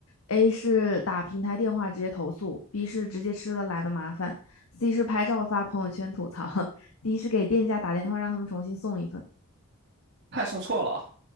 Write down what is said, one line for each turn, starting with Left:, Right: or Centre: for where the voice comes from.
Left: ？A 是打平台电话直接投诉，B 是直接吃了懒得麻烦，C 是拍照发朋友圈吐槽 <laughs>，D 是给店家打电话让他们重新送一份。
Right: 菜送错了，